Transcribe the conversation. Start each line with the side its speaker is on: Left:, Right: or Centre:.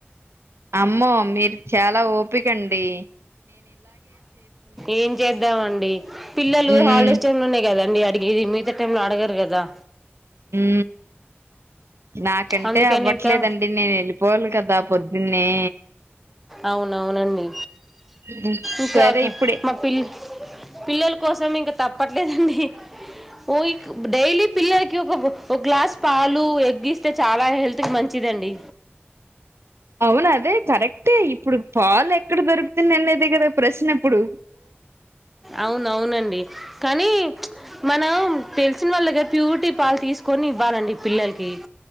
Right: అమ్మో మీరు చాలా ఓప్ పికండి
Centre: ఏం చేద్దామండి పిల్లలు
Right: ఉమ్
Centre: హాలిడేస్ టైమ్ లోనె గద అండి అడిగేది మిగతా టైంలొ అడగరు గదా
Right: హూ నాకంటే
Centre: అందుకని
Right: అవ్వట్లేదండి
Centre: ఇంకా
Right: నేను ఎళ్ళిపోవాలి కదా పొద్ న్నే
Centre: అవునవునండి
Right: ఉమ్,
Centre: ఇంకా
Right: సరే ఇప్పుడే
Centre: మా పిల్ పిల్లల కోసం ఇంకా తప్పట్లేదండి ఓ డైలీ పిల్లలకి ఒక ఒక గ్లాస్ పాలు ఎగ్ ఇస్తే చాలా హెల్త్ కి మంచిదండి
Right: అవును అదే కరెక్ట్ అంతే ఇప్పుడు పాలె ఎక్కడ దొరుకుతుంది అనేదే కదా ప్రశ్న ఇప్పుడు
Centre: అవును అవునండి కానీ మనం తెలిసిన వాళ్ళ దగ్గర ప్యూరిటీ పాలు తీసుకొని ఇవ్వాలండి పిల్లలకి